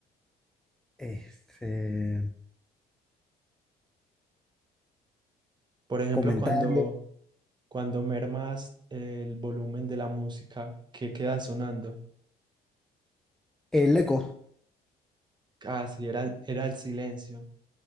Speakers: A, in the centre; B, on the right.
A: Este,
B: Por ejemplo,
A: comentario,
B: cuando Cuando mermas el volumen de la música, ¿qué queda sonando?
A: el eco.
B: Ah, sí, era, el- era el silencio.